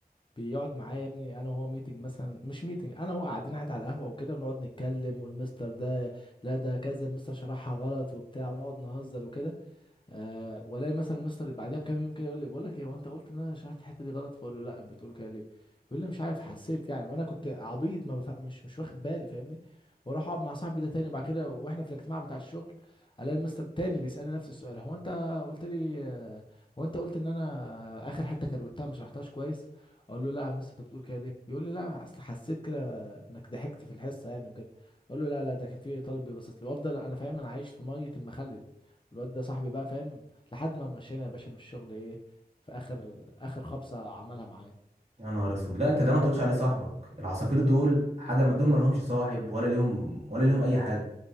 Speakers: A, on the left; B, on the right.
A: بيقعد معايا يا ابني انا وهو ميتنج مثلا مش ميتنج انا وهو قاعدين قاعد على القهوه وكده ونقعد نتكلم والمستر ده لا ده كذا المستر شرحها غلط وبتاع ونقعد نهزر وكده أه والاقي مثلا مستر بعديها بكام يوم كده يقول لي بقول لك ايه هو انت قلت ان انا شرحت الحته دي غلط فاقول له لا بتقول كده ليه يقول لي مش عارف حسيت يعني وانا كنت عبيط ما بفهم مش مش واخد بالي فاهمني واروح اقعد مع صاحبي ده تاني وبعد كده واحنا في الاجتماع بتاع الشغل الاقي المستر التاني بيسالني نفس السؤال هو انت قلت لي آه، هو انت قلت ان انا اخر حته كروتها ما شرحتهاش كويس اقول له لا يا مستر انت بتقول كده ليه يقول لي لا اصل حسيت انك ضحكت في الحصه يعني وكده اقول له لا لا ده كان في طالب بيبصص لي وافضل انا فاهم انا عايش في ميه المخلل الواد ده صاحبي بقى فاهم لحد ما مشينا يا باشا من الشغل ايه في اخر اخر خبطه عملها معايا
B: يا نهار اسود لا انت ده ما تقولش عليه صاحبك العصافير دول حاجه ما- دول ما لهمش صاحب ولا ليهم ولا ليهم اي حاجه